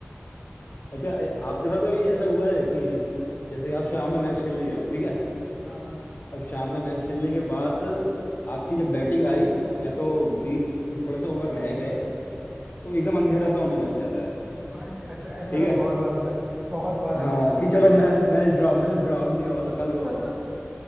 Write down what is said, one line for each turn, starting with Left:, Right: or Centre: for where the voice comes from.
Left: अच्छा ए- आपके साथ कभी ऐसा हुआ है कि जैसे आप शाम में मैच खेलने गए हो ठीक है
Right: हाँ
Left: अब शाम में मैच खेलने के बाद आपकी जब बैटिंग आई या तो बीच थोड़े से ओवर रह गए तो एकदम अंधेरा सा होने लग जाता है
Right: भाई ऐसा ऐसा
Left: ठीक
Right: ना
Left: है
Right: बहुत बार होता है बहुत बार
Left: हाँ
Right: ऐसा होता
Left: कि
Right: है
Left: चलो मै, मैच ड्रॉ मैच ड्रॉ अब नहीं होगा कल को
Right: <laughs>
Left: होगा